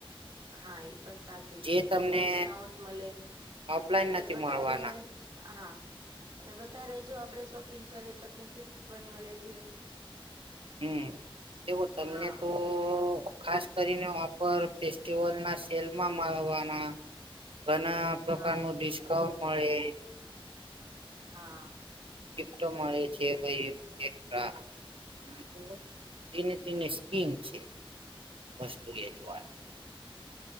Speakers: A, on the right; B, on the right.
A: હા એ પણ સાચું
B: જે
A: છે
B: તમને
A: ડિસ્કાઉન્ટ મળે
B: ઓફલાઈન
A: અને
B: નથી
A: વધારે
B: મળવાના
A: હા. અને વધારે જો આપણે શોપિંગ કરીએ તો આપને ગિફ્ટ પણ મળે છે.
B: હમ દવ તમને
A: હા
B: તો ખાસ કરીને ઓપર ફેસ્ટિવલ ના સેલમાં મળવાના. ઘણા પ્રકાર
A: હા
B: નુ ડિસ્કાઉન્ટ મળે.
A: હા.
B: ગિફ્ટ મળે છે ભાઈ એક વાર હ તો તેને તેને સ્કીમ છે વસ્તુ વેચવા